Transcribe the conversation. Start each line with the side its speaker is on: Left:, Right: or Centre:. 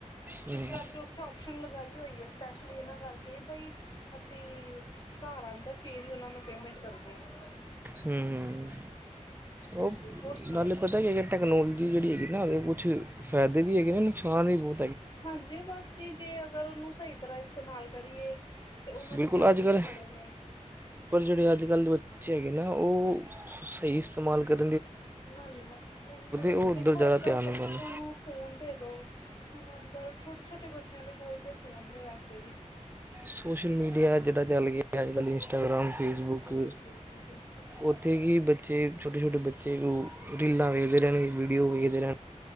Right: ਹੂੰ
Left: ਇਸ ਕਰਕੇ ਉੱਥੇ ਆਪਸ਼ਨ ਲ ਗੀ ਹੋਈ ਐ ਸਪੈਸ਼ਲੀ ਏਨਾਂ ਕਰਕੇ ਬਈ ਅਸੀਂ ਘਰ ਆਂਦਾ ਫੇਰ ਈ ਓਨਾ ਨੂੰ ਪੇਮੈਂਟ ਕਰ ਦਿਆ
Right: ਹੂੰ-ਹੂੰ
Left: ਹਾਂਜੀ
Right: ਓ
Left: ਹੋਰ ਸੁਣਾਓ
Right: ਗੱਲ ਪਤਾ ਕੀ ਏ ਕਿ ਟੈਕਨੋਲਜੀ ਜੇੜੀ ਹੈਗੀ ਨਾ ਕੁੱਛ ਫਾਇਦੇ ਵੀ ਹੈਗੇ ਨੇ ਨੁਕਸਾਨ ਵੀ ਬੋ
Left: ਹਾਂਜੀ ਬਸ ਜੀ ਜੇ ਅਗਰ ਓਨੂੰ ਸਈ ਤਰ੍ਹਾਂ ਇਸਤੇਮਾਲ ਕਰੀਏ ਤੇ ਉਨਾਂ
Right: ਬਿਲਕੁਲ
Left: ਦੇ ਫਾਇਦੇ
Right: ਅੱਜ ਕੱਲ੍ਹ
Left: ਵੀ ਬੜੇ ਨੇ।
Right: ਪਰ ਜਿਹੜੇ ਅੱਜ ਕੱਲ੍ਹ ਦੇ ਬੱਚੇ ਹੈਗੇ ਨਾ ਓ ਸਈ ਇਸਤੇਮਾਲ ਕਰ
Left: ਨਾ-ਨਾ ਉਹੀ ਨਾ
Right: ਉਹ ਉੱਧਰ
Left: ਦੇਖੋ
Right: ਜ਼ਿਆਦਾ
Left: ਅੱਜ ਕੱਲ
Right: ਧਿਆਨ
Left: ਬੱਚਿਆਂ
Right: ਹੁੰਦਾ ਨੇ
Left: ਨੂੰ ਫੋਨ ਦੇਦੋ ਹੁਣ ਅੱਜ ਕੱਲ੍ਹ ਛੋਟੇ-ਛੋਟੇ ਬੱਚਿਆਂ ਦੇ ਕੋਲ ਤੇ ਫੋਨ ਨੇ ਵੈਸੇ ਵੀ।
Right: ਸੋਸ਼ਲ ਮੀਡੀਆ ਜਿਹੜਾ ਚੱਲ ਗਿਆ ਅੱਜ ਕੱਲ ਇੰਸਟਾਗ੍ਰਾਮ, ਫੇਸਬੁੱਕ
Left: ਬਿਲਕੁਲ ਬਿਲਕੁਲ ਬਿਲਕੁਲ
Right: ਉੱਥੇ ਕਿ ਬੱ ਚੇ ਛੋਟੇ-ਛੋਟੇ ਬੱਚੇ ਰੀਲਾਂ ਵੇਖਦੇ ਰੈਣਗੇ ਵੀਡੀਓ ਵੇਖਦੇ ਰੈਣ